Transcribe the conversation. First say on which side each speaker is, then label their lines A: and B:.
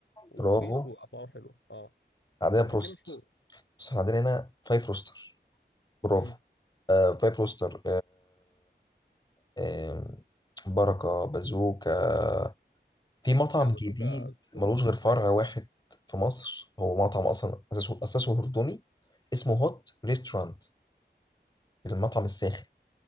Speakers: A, on the left; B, on the left.
A: ورخيص
B: برافو
A: واسعاره حلوه اه
B: عندنا
A: مش
B: بروست
A: هتلاقيه مشهور
B: بس احنا عندنا هنا فايف روستر برافو
A: امم
B: آه، فايف روستر آم، بركة بازوكا في مطعم
A: لا بازوكا
B: جديد
A: بازوكا
B: ملوش
A: في حته
B: غير فرع
A: تانيه الصراحه
B: واحد في مصر هو مطعم أصلا أساسه أساسه أردني اسمه هوت ريستورانت المطعم الساخن